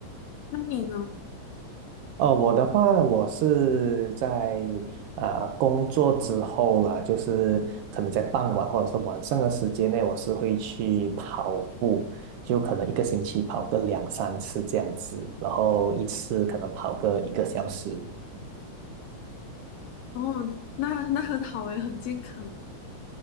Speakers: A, on the left; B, on the right.
A: 那你呢？
B: 哦，我的话，我是在呃工作之后了，就是可能在傍晚或者是晚上的时间内，我是会去跑步，就可能一个星期跑个两三次这样子，然后一次可能跑个一个小时。
A: 哦，那那很好诶，很健康。